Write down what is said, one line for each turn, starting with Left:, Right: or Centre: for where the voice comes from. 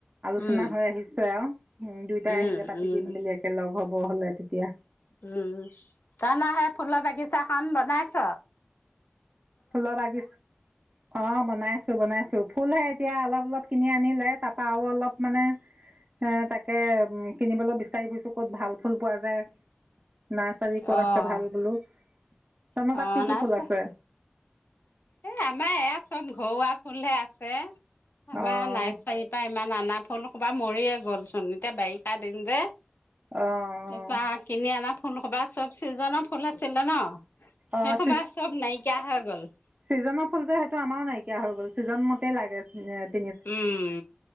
Right: চোনা
Left: উম
Right: হৈ আহিছে আৰু। উম, দুইটাই
Left: উম
Right: আহিলে পাতি
Left: উম
Right: দিম বুলি একে লগ হ'ব হ'লে তেতিয়া।
Left: উম, তই <unintelligible> সেই ফুলৰ বাগিচাখন বনাইছ?
Right: ফুলৰ বাগিছা! অ, বনাইছো, বনাইছো। ফুলহে এতিয়া অলপ-অলপ কিনি আনিলে, তাৰপা আৰু অলপ মানে সেই তাকে, উম, কিনিবলৈ বিচাৰি ফুৰিছো, ক'ত ভাল ফুল পোৱা যায়। নাৰ্চাৰী
Left: অ',
Right: ক'ত আছে ভাল বোলো, তহঁতৰ
Left: অ',
Right: তাত কি
Left: নাৰ্চাৰী
Right: কি ফুল আছে?
Left: এ, আমাৰ এয়া চব ঘৰুৱা ফুলহে আছে, আমাৰ
Right: অ'
Left: নাৰ্চাৰী পা ইমান আনা ফুল সুপা ল মৰিয়ে গ'ল চোন! এতিয়া বাৰিষা দিন যে।
Right: অ' অ'
Left: তাৰপা কিনি আনা ফুল সুবা চব চিজনৰ ফুল আছিলে ন। সেই
Right: অ'
Left: সুবা চব নাইকিয়া হৈ গ'ল।
Right: ছিজনৰ ফুলটো সেইটো আমাৰও নাইকিয়া হৈ গ'ল, ছিজন মতেই লাগে যিহেতু।
Left: উম,